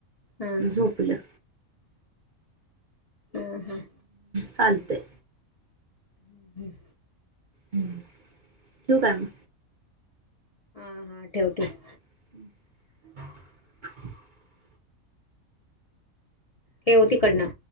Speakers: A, on the left; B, on the right.
A: हा
B: झोपलं
A: हम्म हम्म
B: चालतंय
A: हम्म
B: ठेवू काय म?
A: हा हा ठेव ठेव.
B: <inaudible>
A: ठेव तीकडनं.